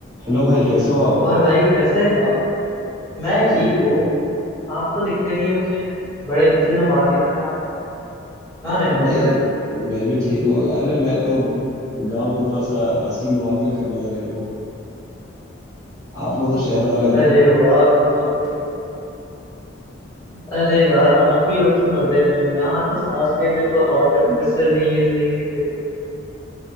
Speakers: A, on the right (about 20°); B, on the left (about 15°).
A: Hello भाई कैसे हो आप
B: और भाई कैसे हैं आप मैं
A: जी
B: ठीक हूँ आप तो दिखते नहीं है मुझे बड़े दिनों बाद दिखा यार आप कहाँ
A: आ,
B: रहना
A: नहीं
B: हो रहा
A: मैं भी ठीक हूँ अरे मैं तो गांव की थोड़ा सा हसीन वादियों का मजा ले रहा हूँ आप लोग तो शहर वाले हो
B: है अरे वाह गाँव के अरे यार आप ही लोग तो मजे में हैं यहाँ तो सांस लेने को हवा तक मैसर नहीं है सही से